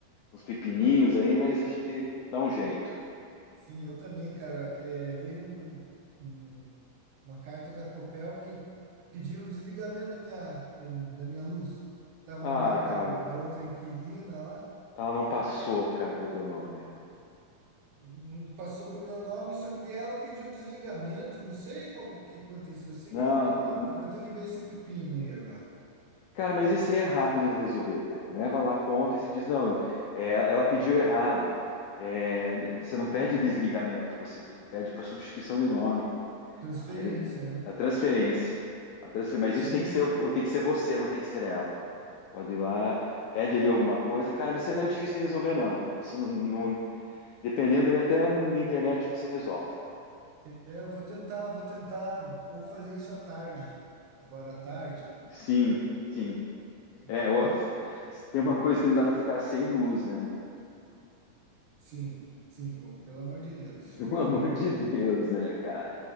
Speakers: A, on the left; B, on the right.
A: uns pepininhos aí, mas a gente dá um jeito.
B: sim, eu também, cara. É, veio um- um- uma carta da Copel que pediram o desligamento da minha, da minha luz. Estava
A: Ah,
B: no nome da,
A: cara,
B: da outra inquilina lá.
A: ela não passou, cara, pro teu nome.
B: Não Passou pro meu nome, só que daí ela pediu o desligamento. Não sei qual que aconteceu. Eu sei
A: Não,
B: que não há- eu vou ter que ver esse pepino aí agora.
A: Cara, mas esse é rápido de resolver, cara. Leva lá a conta e se diz, não, é, ela pediu errado. É, você não pede desligamento, você pede para substituição de nome.
B: Transferência,
A: Aí ele-
B: né?
A: a transferência. A transfer, mas
B: Sim,
A: isso tem que ser, tem que ser você, não tem que ser ela. Pode ir lá, pede ali alguma coisa. Cara, isso não é difícil de resolver, não, cara. Isso não, não- dependendo aí, até na internet você resolve.
B: Eu vou tentar, vou tentar ou fazer isso à tarde, agora à tarde,
A: Sim, sim.
B: entendeu?
A: É, ô, tem uma coisa que não dá para ficar sem luz, né?
B: Sim, sim, pô, pelo amor de Deus.
A: <laughs> Pelo
B: <laughs>
A: amor de Deus, né, cara?